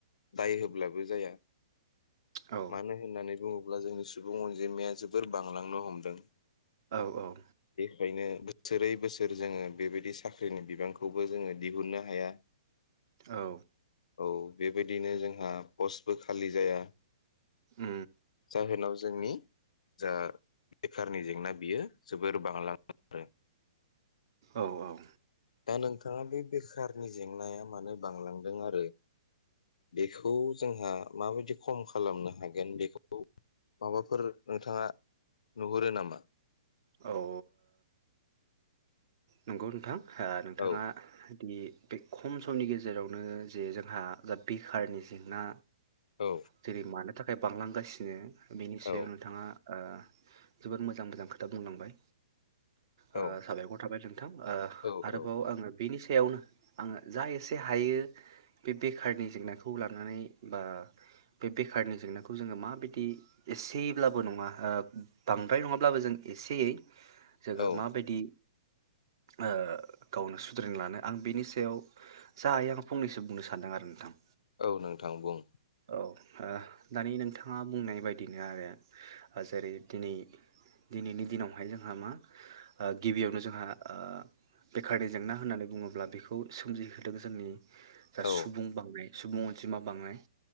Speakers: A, on the left; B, on the right.
A: दाय होब्लाबो जाया
B: औ
A: मानो होननानै बुङो अब्ला जोंनि सुबुं अनजिमाया जोबोर बांलांनो हमदों।
B: औ औ
A: ओंखायनो बोसोरै बोसोर जोङो बेबायदि साख्रिनि बिबांखौबो जोङो दिहुननो हाया।
B: औ
A: औ बेबायदिनो जोंहा पस्टबो खालि जाया। <inaudible>
B: उम
A: जाहोनाव जोंनि जा बेखारनि जेंना बियो जोबोर बांलाङो आरो।
B: औ औ
A: दा नोंथाङा बे बेखारनि जेंनाया मानो बांलां दोंआरो बेखौ जोंहा माबायदि खम खालामनो हागोन बेखौ माबाफोर नोंथाङा नुहुरो नामा?
B: औ ओ नंगौ नोंथां ओ नोंथाङादि
A: औ
B: बे खम समनि गेजेरावनो जे जोंहा दा बेखारनि जेंना,
A: औ
B: जेरै मानो थाखाय बांलांगासिनो बेनि सायाव
A: औ
B: नोंथाङा, ओ जोबोद मोजां मोजां खोथा बुंलांबाय, ओ
A: औ
B: साबायखर, थाबाय नोंथां ओ
A: औ
B: आरोबाव आङो बेनिस, सयावनो आङो जा एसे हायो बे बेखारनि जेंनाखौ लानानै बा बे बेखारनि जेंनाखौ जोङो माबायदि एसेयैब्लाबो नङा बांद्राय नङाब्लाबो जों एसेयै, जोङो
A: औ
B: माबायदि ओ गावनो सुद्रनो लानो आं बिनि सायाव जायो आं फंनैसो बुंनो सानदों आरो नोंथां।
A: औ नोंथां बुं।
B: औ ओ दानि नोंथाङा बुंनाय बायदिनो आरो जेरै दिनै दिनैनि दिनावहाय जोंहा मा ओ गिबियावनो जोंहा ओ बेखारनि जेंना होननानै बुङोब्ला बेखौ सोमजिहोदों जोंनि जा
A: औ
B: सुबुं बांनाय सुबुं अन जिमा बांनाय